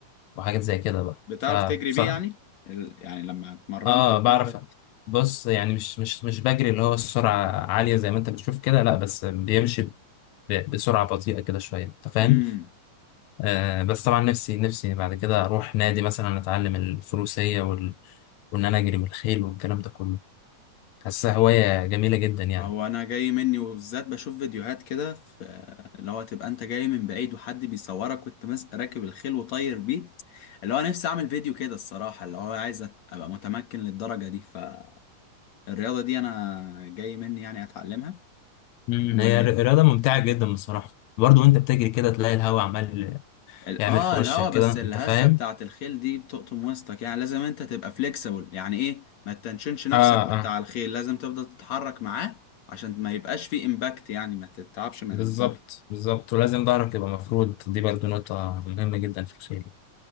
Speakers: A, on the left; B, on the left.
A: وحاجات زي كده بقى
B: بتعرف
A: فبصراحه
B: تجري بيه يعني ال... يعني لما اتمرنت
A: اه
B: وكده
A: بعرف بص يعني مش مش مش بجري اللي هو السرعة عالية زي ما انت بتشوف كده لا بس بيمشي ب- بسرعة بطيئة كده شوية انت فاهم
B: امم
A: آه بس طبعا نفسي نفسي بعد كده اروح نادي مثلا اتعلم الفروسية وال... وان انا اجري بالخيل والكلام ده كله حاسسها هواية جميلة جدا يعني
B: هو انا جاي مني وبالذات بشوف فيديوهات كده في اللي هو تبقى انت جاي من بعيد وحد بيصورك وانت ماسك راكب الخيل وطاير بيه اللي هو نفسي اعمل فيديو كده الصراحة اللي هو عايز أت- ابقى متمكن للدرجة دي فالرياضة دي انا جاي مني يعني اتعلمها
A: مم،
B: و
A: هي ر- رياضة ممتعة جدا بصراحة برضه وانت بتجري كده تلاقي الهواء عمال
B: ال-
A: يعمل
B: اه
A: في وشك
B: الهوا بس
A: كده انت
B: الهزة
A: فاهم
B: بتاعت الخيل دي بتقطم وسطك يعني لازم انت تبقى فليكسبل يعني ايه ما تنشنش نفسك
A: اه
B: وانت
A: اه
B: على الخيل لازم تفضل تتحرك معاه عشان ما يبقاش فيه امباكت يعني ما تتعبش من
A: بالظبط
B: الضرب
A: بالظبط ولازم ظهرك يبقى مفرود دي برضه نقطة مهمة جدا في الخيل